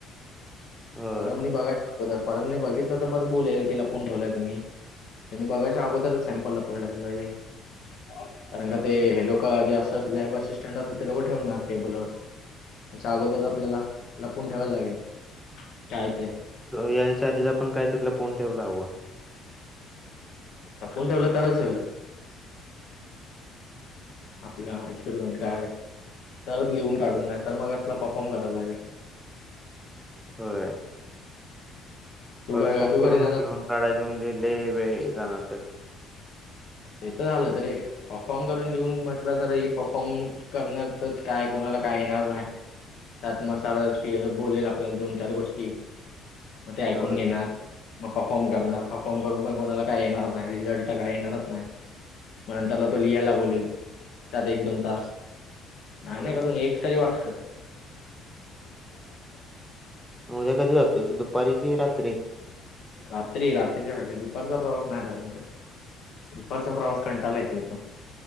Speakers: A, in the centre; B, on the left.
A: होय
B: परभनी बघायचा अगोदर परभनी बघितल तर मग बोलेल कि लपून ठेवलय तुम्ही. त्यांनी बघायच्या अगोदरच सॅम्पल लपवून <unintelligible> कारण का ते हे लोक जे असत लॅब असिस्टंट असतात ते लोक ठेवूनार टेबलवर. त्याच्या अगोदर आपल्याला लपवून ठेवायला लागेल. काय ते.
A: तो याचा आधीच आपण काय तरी लपवून ठेवयाला हव.
B: लपवून ठेवल तरच होईल.
A: <inaudible>
B: आपल्या एक्सपेरिमेंट काय. तरच लिहून काढून नाही तर मग असला परफॉर्म करायला लागेल.
A: होय.
B: तू
A: परफॉर्म
B: घ तू
A: करून
B: घरी जाणार
A: लिहून काढायच म्हणजे लय वेळ जाणार त्यात.
B: ते तर झालच रे परफॉर्म करून घेऊन म्हटल तरी. परफॉर्म करण्यातच काय कोणाला काय येणार नाही. त्यात मग सारा <unintelligible> बोलेल आपल्याला दोन चार गोष्टी मग ते ऐकून
A: होय
B: घेणार. मग परफॉर्म करणार परफॉर्म करून पण कोणाला काय येणार नाही रिझल्ट तर काय येणारच नाही. मग नंतर तो लिहायला बोलेल त्यात एक दोन तास. नाही
A: होय
B: नाही करून एक तरी वाचत. <unintelligible>
A: उद्या कधी जातोय दुपारी की रात्री.
B: रात्री. रात्रीची गाडी दुपारचा प्रवास नाही जमत रे. दुपारचा प्रवास कंटाला येतो एकदम